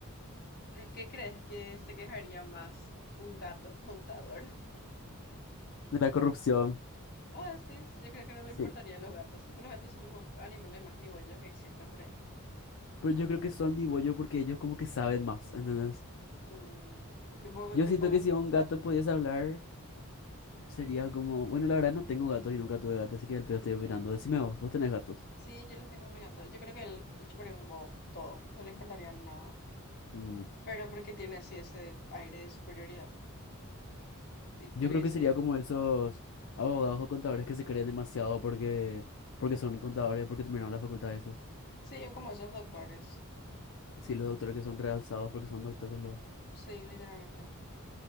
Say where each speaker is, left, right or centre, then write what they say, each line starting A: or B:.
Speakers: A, on the left (about 45°); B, on the left (about 60°).
A: ¿De qué crees que se quejaría más un gato contador? <laughs>
B: De la corrupción.
A: Vos decís, yo creo que no le
B: Sí.
A: importaría a los gatos. Tipo, los gatos son los animales más nibollos que existen por ahí.
B: Pero yo creo que son ni bollo porque ellos como que saben más, ¿entendés?
A: Mm, tipo,
B: Yo
A: te-
B: siento
A: como,
B: que si un gato pudiese hablar, sería como, bueno, la verdad no tengo gatos y nunca tuve gatos, así que al pedo estoy opinando. Decime vos, vos tenés gatos.
A: sí, yo le tengo a mi gato. Yo creo que él le chuparía un bobo todo. No le importaría nada.
B: Mm.
A: Pero porque tiene así ese aire de superioridad. Tipo,
B: Yo
A: porque
B: creo
A: dice.
B: que sería como esos abogados o contadores que se creen demasiado porque, porque son contadores, porque terminaron la facultad de eso.
A: Sí, yo como esos doctores.
B: Sí, los doctores que son realzados porque son doctores, lo...
A: Sí, literalmente.